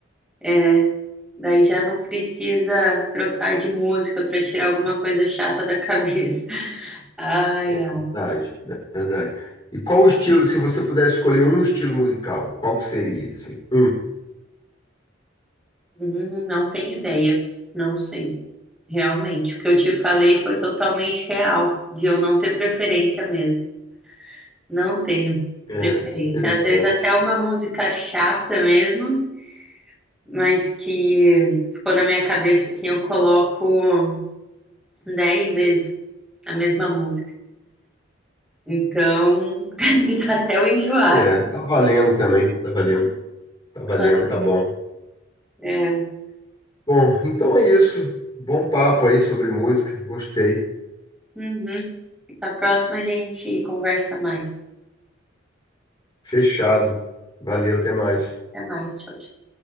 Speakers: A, in the centre; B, on the left (about 25°).
A: É. Daí já não precisa trocar de música para tirar alguma coisa chata da cabeça. <laughs> Ai,
B: Verdade,
A: ai.
B: verdade. E qual o estilo, se você pudesse escolher um estilo musical, qual que seria, assim? Um.
A: Hum, não tenho ideia. Não sei. Realmente, o que eu te falei foi totalmente real, de eu não ter preferência mesmo. Não tenho
B: É,
A: preferência.
B: interessante.
A: Às vezes até uma música chata mesmo, mas que ficou na minha cabeça assim, eu coloco dez vezes a mesma música. Então, <laughs> até eu enjoar.
B: É, tá valendo também, tá valendo, tá valendo,
A: Aham.
B: tá bom.
A: É.
B: Bom, então é isso. Bom papo aí sobre música, gostei.
A: Uhum. A próxima a gente conversa mais.
B: Fechado. Valeu, até mais.
A: Até mais. Tchau, tchau.